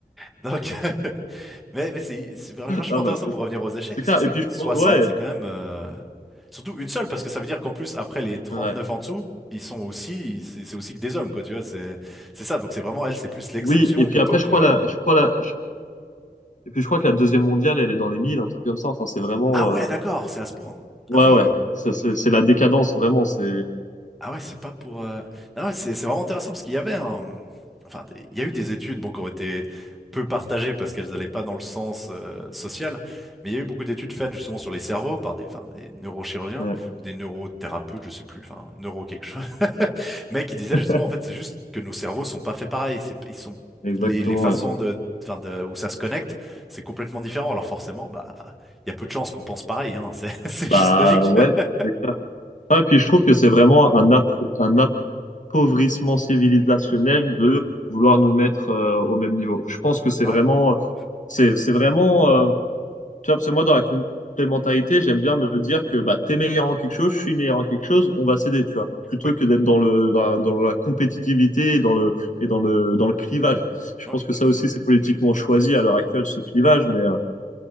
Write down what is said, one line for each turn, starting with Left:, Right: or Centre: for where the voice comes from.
Centre: Donc, <laughs> mais, mais c'est c'est vachement
Left: Ah
Centre: intéressant
Left: bah c'est
Centre: pour revenir aux échecs,
Left: c'est
Centre: parce
Left: clair.
Centre: que c'est
Left: Et puis
Centre: vrai
Left: je
Centre: que 60,
Left: pense- ouais.
Centre: c'est quand même. euh, Surtout une seule, parce que ça veut dire qu'en plus, après les trente-neuf
Left: Ouais.
Centre: en dessous, ils sont aussi, c'est c'est aussi que des hommes, quoi, tu vois, c'est c'est ça. Donc c'est vraiment, elle, c'est plus l'exception
Left: Oui. Et puis
Centre: plutôt
Left: après, je
Centre: que...
Left: crois la je crois la Et puis je crois que la deuxième mondiale, elle est dans les 1000, un truc comme ça. Enfin, c'est vraiment.
Centre: Ah
Left: euh,
Centre: ouais, d'accord, c'est à ce point.
Left: Ouais,
Centre: Ah oui.
Left: ouais. Ça, C'est c'est la décadence, vraiment. C'est.
Centre: Ah ouais, c'est pas pour. euh, Ah ouais, c'est c'est vraiment intéressant parce qu'il y avait un. Enfin, des- il y a eu des études bon, qui ont été peu partagées parce qu'elles n'allaient pas dans le sens euh, social, mais il y a eu beaucoup d'études faites justement sur les cerveaux par des, enfin, des neurochirurgiens
Left: Ouais,
Centre: ou des neurothérapeutes, je sais plus, enfin, neuro quelque chose, <laughs> mais qui disaient
Left: <laughs>
Centre: justement en fait c'est juste que nos cerveaux sont pas faits pareil, c'est, ils sont
Left: exactement,
Centre: les, les façons
Left: ouais.
Centre: de, enfin, de, où ça se connecte, c'est complètement différent. Alors forcément, bah, il y a peu de chances qu'on pense pareil, hein, c'est <laughs> c'est
Left: Bah,
Centre: juste logique.
Left: ouais,
Centre: <laughs>
Left: c'est clair. Ah, et puis je trouve que c'est vraiment un, ap- un appauvrissement civilisationnel de vouloir nous mettre euh, au même niveau. Je pense que c'est
Centre: Ouais,
Left: vraiment.
Centre: tout à fait.
Left: C'est c'est vraiment. euh, Tu vois, parce que moi, dans la complémentarité, j'aime bien me dire que bah, t'es meilleur en quelque chose, je suis meilleur en quelque chose, on va s'aider, tu vois, plutôt
Centre: Oui,
Left: que d'être dans le, dans la, dans la compétitivité et dans le, et dans le, dans le clivage. Je
Centre: ouais,
Left: pense que ça
Centre: tout
Left: aussi,
Centre: à fait.
Left: c'est politiquement choisi à l'heure actuelle, ce clivage, mais euh,